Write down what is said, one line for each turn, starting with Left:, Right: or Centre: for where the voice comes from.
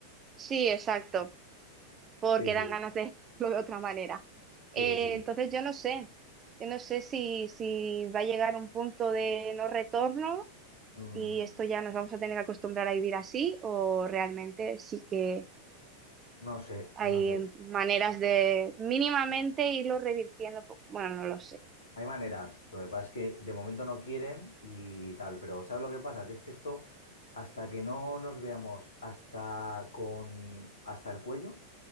Right: sí, exacto, porque
Left: Sí, sí.
Right: dan ganas de <laughs> decirlo de otra manera.
Left: Sí,
Right: Eh,
Left: sí.
Right: entonces yo no sé, yo no sé si, si va a llegar un punto de no retorno
Left: Mm,
Right: y esto ya nos vamos a tener que acostumbrar a vivir así o realmente sí que
Left: no sé,
Right: hay
Left: no sé.
Right: maneras de mínimamente irlo revirtiendo. po- Bueno, no lo sé.
Left: Hay maneras. Lo que pasa es que de momento no quieren y tal, pero ¿sabes lo que pasa? Que es que esto, hasta que no nos veamos hasta con, hasta el cuello,